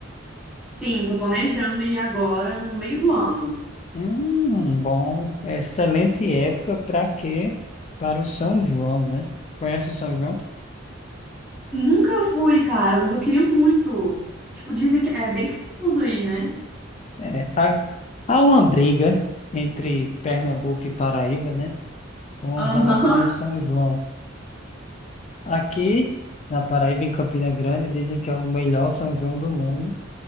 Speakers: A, in the centre; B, on the left (about 35°).
A: Sim, tô planejando ir agora no meio do ano.
B: Hum, bom, excelente época para quê? Para o São João, né? Conhece o São João?
A: Nunca fui, cara, mas eu queria muito. Tipo, dizem que é bem famoso aí, né?
B: É, há, há uma briga entre Pernambuco e Paraíba, né? Com
A: Aham.
B: relação ao São
A: <laughs>
B: João. Aqui na Paraíba, em Campina Grande, dizem que é o melhor São João do mundo.